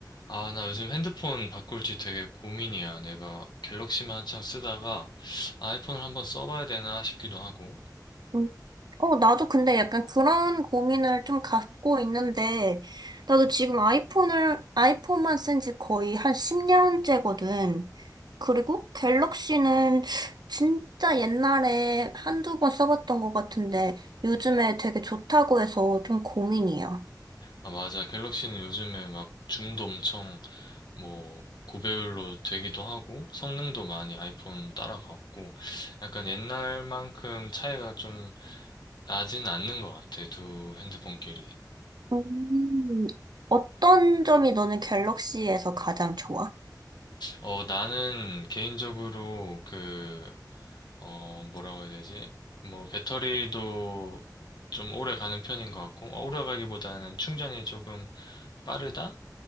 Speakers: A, on the left (about 70°); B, on the right (about 70°).
A: 아, 나 요즘 핸드폰 바꿀지 되게 고민이야. 내가 갤럭시만 한창 쓰다가 아이폰을 한번 써봐야 되나 싶기도 하고.
B: 음. 어, 나도 근데 약간 그런 고민을 좀 갖고 있는데, 나도 지금 아이폰을, 아이폰만 쓴 지 거의 한 10년째거든. 그리고 갤럭시는 진짜 옛날에 한두 번 써봤던 것 같은데, 요즘에 되게 좋다고 해서 좀 고민이야.
A: 아, 맞아. 갤럭시는 요즘에 막 줌도 엄청 뭐 고배율로 되기도 하고 성능도 많이 아이폰 따라갔고 약간 옛날만큼 차이가 좀 나진 않는 것 같아. 두 핸드폰끼리.
B: 음. 어떤 점이 너는 갤럭시에서 가장 좋아?
A: 어, 나는 개인적으로 그 어, 뭐라고 해야 되지? 뭐, 배터리도 좀 오래 가는 편인 것 같고, 어, 오래 가기보다는 충전이 조금 빠르다?